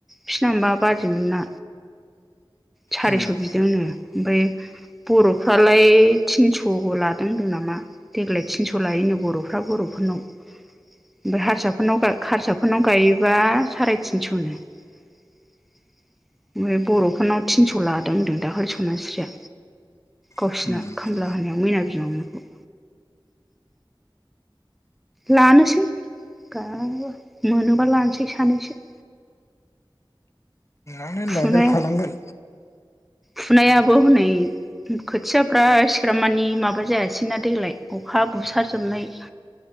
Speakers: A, in the centre; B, on the left.
A: बिसिना माबा बाजैमोनना सारिस'
B: उम
A: बिदोंनो ओमफ्राय बर'फ्रालाय तिनस'बो लादों होनदों नामा देग्लाय तिनस' लायो बर'फ्रा बर'फोरनाव। ओमफ्राय हारसाफोरनाव हारसाफोरनाव गायोबा साराय तिनस'नो ओमफ्राय बर'फोरनाव थिनस' लादों होनदों दाखालि सनास्रिया गावसिना
B: फुनानै
A: खामला होनायाव मैना बिमामोन लानोसै गाब मोनोबा लानोसै सानैसो
B: माने लादेरखानांगोन।
A: फुबाय आं फुनायाबो हनै खोथियाफ्रा सिग्राब मानि माबा जायासै ना देग्लाय अखा बुसारजोबनाय